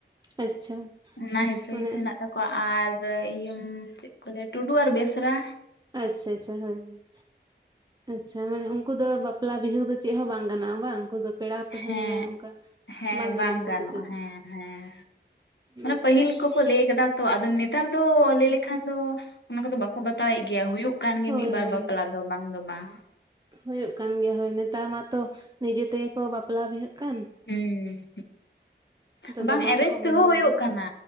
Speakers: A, on the right; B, on the left.
A: ᱟᱪᱪᱷᱟ
B: ᱚᱱᱟ ᱦᱤᱥᱟᱹ
A: ᱢᱟᱱᱮ
B: ᱦᱤᱥᱤ ᱦᱮᱱᱟᱜ ᱛᱟᱠᱚᱣᱟ ᱟᱨ ᱤᱭᱟᱹ ᱪᱮᱫ ᱠᱚ ᱞᱟᱹᱭᱟ ᱴᱩᱰᱩ ᱟᱨ ᱵᱮᱥᱨᱟ
A: ᱟᱪᱪᱷᱟ ᱟᱪᱪᱷᱟ ᱦᱳᱭ ᱦᱳᱭ᱾ ᱟᱪᱪᱷᱟ ᱢᱟᱱᱮ ᱩᱱᱠᱩ ᱫᱚ ᱵᱟᱯᱞᱟ ᱵᱤᱦᱟᱹ ᱠᱚ ᱫᱚ ᱪᱮᱫ ᱦᱚᱸ ᱵᱟᱝ ᱜᱟᱱᱚᱜ-ᱟ ᱵᱟᱝ ᱩᱱᱠᱩ ᱫᱚ ᱯᱮᱲᱟ ᱯᱟᱹᱲᱦᱟᱹ
B: ᱦᱮᱸ
A: ᱢᱟᱱᱮ ᱚᱱᱠᱟ
B: ᱦᱮᱸ
A: ᱜᱟᱱᱚᱜᱼᱟ
B: ᱵᱟᱝ
A: ᱩᱱᱠᱩ
B: ᱜᱟᱱᱚᱜ-ᱟ
A: ᱥᱟᱛᱮᱜ
B: ᱦᱮᱸ ᱦᱮᱸ
A: ᱫᱚ
B: ᱢᱟᱱᱮ
A: ᱟᱪᱪᱷᱟ
B: ᱯᱟᱹᱦᱤᱞ ᱠᱚ ᱠᱚ ᱞᱟᱹᱭ ᱠᱟᱫᱟ ᱛᱚ ᱟᱫᱚ ᱱᱮᱛᱟᱨ ᱫᱚ ᱞᱟᱹᱭ ᱞᱮᱠᱷᱟᱱ ᱫᱚ ᱚᱱᱟ ᱠᱚᱫᱚ ᱵᱟᱠᱚ ᱵᱟᱛᱟᱣᱮᱫ ᱜᱮᱭᱟ ᱦᱩᱭᱩᱜ ᱠᱟᱱ ᱜᱮ
A: ᱦᱳᱭ
B: ᱢᱤᱫ ᱵᱟᱨ
A: ᱦᱳᱭ
B: ᱵᱟᱯᱞᱟ ᱫᱚ ᱵᱟᱝ ᱫᱚ ᱵᱟᱝ,
A: ᱦᱳᱭᱳᱜ ᱠᱟᱱ ᱜᱮᱭᱟ ᱦᱳᱭ ᱱᱮᱛᱟᱨ ᱢᱟᱛᱚ ᱱᱤᱡᱮ ᱛᱮᱜᱮ ᱠᱚ ᱵᱟᱯᱞᱟ ᱵᱤᱦᱟᱹᱜ ᱠᱟᱱ,
B: ᱦᱩᱸ
A: ᱱᱮᱛᱟᱨ
B: ᱦᱩᱸ᱾
A: ᱫᱚ
B: ᱵᱟᱝ
A: ᱵᱟᱝᱠᱚ
B: ᱮᱨᱮᱡ ᱛᱮᱦᱚᱸ
A: ᱢᱟᱱᱟᱣ
B: ᱦᱩᱭᱩᱜ
A: ᱮᱫᱟ
B: ᱠᱟᱱᱟ